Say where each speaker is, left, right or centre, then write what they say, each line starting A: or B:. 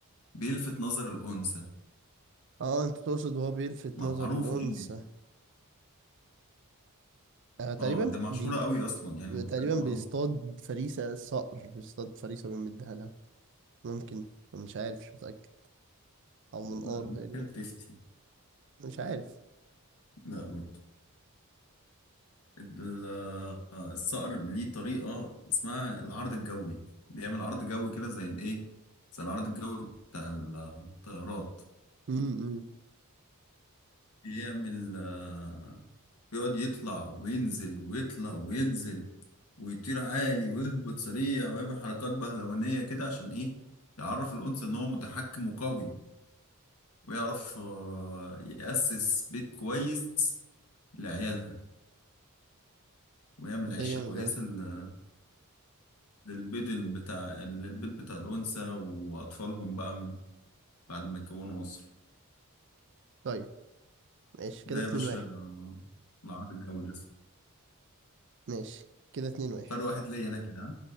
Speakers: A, on the left; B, on the right.
A: بيلفت نظر الأنثى
B: اه انت تقصد وهو بيلفت
A: معروف
B: نظر الانثى
A: يعني
B: آه تقريبا
A: اه ده مشهورة
B: بي...
A: قوي أصلا يعني
B: تقريبا
A: حاجة معروفة
B: بيصطاد فريسة الصقر بيصطاد فريسة ويمدها لها ممكن مش عارف مش متأكد او منقار
A: لا
B: تقريبا
A: أنت كده بتفتي
B: مش عارف
A: لا برضه ال- آه، الصقر ليه طريقة اسمها العرض الجوي بيعمل عرض جوي كده زي الإيه زي العرض الجوي بتاع الطيارات
B: امم
A: بيعمل آه، بيقعد يطلع وينزل ويطلع وينزل ويطير عالي ويهبط سريع ويعمل حركات بهلوانية كده عشان إيه يعرف الأنثى إن هو متحكم وقوي ويعرف آه، يأسس بيت كويس لعيالها ويعمل عيشة
B: ده جامد
A: كويسة
B: أوي
A: لل- للبيض ال- بتاع للبيت بتاع الأنثى وأطفالهم بقى من بعد ما يكونوا أسرة
B: طيب ماشي كده
A: ده
B: اتنين
A: يا باشا
B: واحد
A: آه، العرض الجوي لسه
B: ماشي كده اتنين واحد
A: فرق واحد ليا أنا كده ها؟